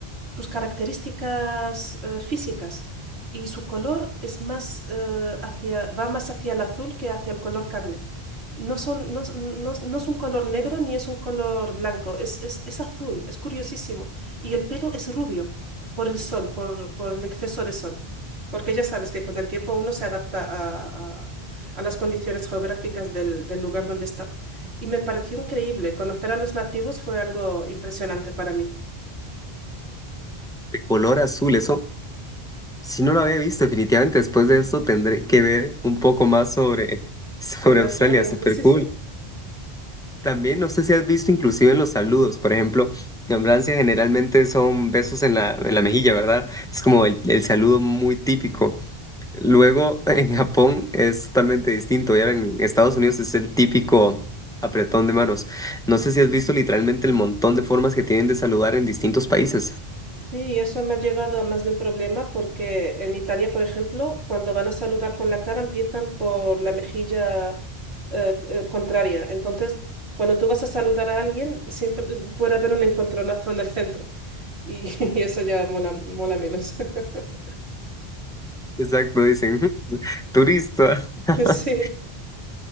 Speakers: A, on the right; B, in the centre.
A: sus características eh, físicas y su color es más, eh, hacia, va más hacia el azul que hacia el color carne. No son, no, no- no es un color negro ni es un color blanco, es, es, es azul, es curiosísimo. Y el pelo es rubio por el sol, por, por el exceso de sol. Porque ya sabes que con el tiempo uno se adapta a las condiciones geográficas del, del lugar donde está. Y me pareció increíble. Conocer a los nativos fue algo impresionante para mí.
B: El color azul, eso, si no lo había visto, definitivamente después de esto tendré que ver un poco más sobre, <laughs> sobre
A: Sobre
B: Australia,
A: Australia,
B: súper
A: <laughs> sí,
B: cool.
A: sí.
B: También no sé si has visto inclusive en los saludos, por ejemplo, en Francia generalmente son besos en la, en la mejilla, ¿verdad? Es como el, el saludo muy típico. Luego en Japón es totalmente distinto. Y ahora en Estados Unidos es el típico apretón de manos. No sé si has visto literalmente el montón de formas que tienen de saludar en distintos países.
A: Sí, eso me ha llevado a más de un problema porque en Italia, por ejemplo, cuando van a saludar con la cara empiezan por la mejilla eh, eh, contraria. Entonces, cuando tú vas a saludar a alguien, siempre mm, puede haber un encontronazo en el centro y, <laughs> y eso ya mola, mola menos. <laughs>
B: Exacto, dicen "Ujú, turista, <laughs>
A: Sí.